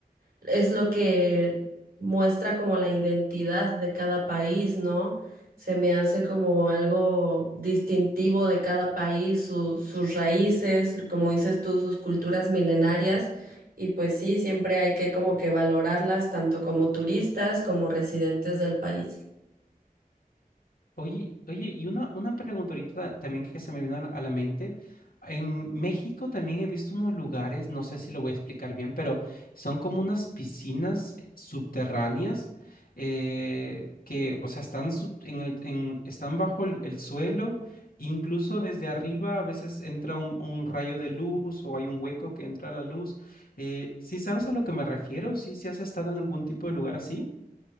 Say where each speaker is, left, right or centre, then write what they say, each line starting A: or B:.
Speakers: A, on the right; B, on the left.
A: es lo que muestra como la identidad de cada país, ¿no? Se me hace como algo distintivo de cada país, su- sus raíces, como dices tú, sus culturas milenarias. Y pues sí, siempre hay que como que valorarlas tanto como turistas como residentes del país.
B: Oye, oye, y una, una pregunta ahorita también que se me vino a la a la mente. En México también he visto unos lugares, no sé si lo voy a explicar bien, pero son como unas piscinas eh, subterráneas eh, que, o sea, están, sub- en el- en- están bajo el, el suelo, incluso desde arriba a veces entra un, un rayo de luz o hay un hueco que entra la luz. Eh, ¿sí sabes a lo que me refiero? ¿Sí, sí has estado en algún tipo de lugar así?